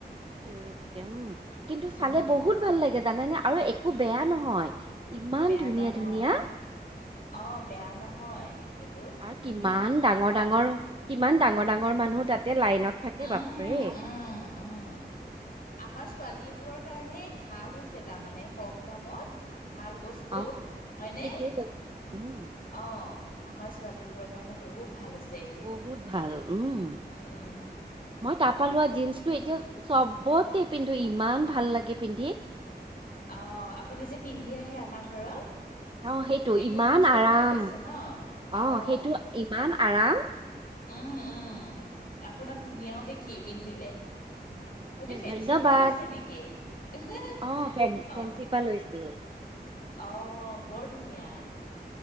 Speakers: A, on the right; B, on the left.
A: চিঞৰি থাকে উম কিন্তু চালে
B: উম,
A: বহুত ভাল লাগে জানে নে আৰু একো বেয়া নহয়। ইমান
B: বেয়া
A: ধুনীয়া
B: নহয়
A: ধুনীয়া
B: অ বেয়া নহয়। সেইবোৰ
A: আৰু
B: ধুনীয়া
A: কিমান ডাঙৰ ডাঙৰ কিমান ডাঙৰ ডাঙৰ। ঙৰ মানুহ তাতে লাইনত থাকে
B: উম,
A: বাপৰে।
B: উম, উম। আমাৰ ছোৱালীবোৰৰ কাৰণে ভাল হৈছে তাৰমানে কম দামত। ভাল বস্তু
A: অ
B: হয়নে
A: ঠিকেই
B: অ।
A: কৈছা উম
B: আমাৰ ছোৱালীবোৰৰ কাৰণে বহুত ভাল হৈছে। এইটো
A: বহুত ভাল উম
B: উম,
A: মই তাৰপৰা লোৱা জীন্সটো এতিয়া চব। বট পিন্ধো ইমান ভাল লাগে। পিন্ধি
B: অহ আপুনি যে পিন্ধি আহে আমাৰ ঘৰত।
A: অ
B: সেইটো
A: ইমান
B: জীন্চৰ
A: আৰাম
B: কথ কৈছে ন অহ।
A: অ সেইটো ইমান আৰাম
B: উম উম আপোনাক ধুনীয়াও দেখি পিন্ধিলে। এইটো ফেঞ্চিৰ
A: ধন্যবাদ
B: পৰা লৈছে নেকি? হ হ
A: অ ফেন ফেঞ্চিৰ
B: অহ।
A: পৰা লৈছো
B: অ বৰ ধুনীয়া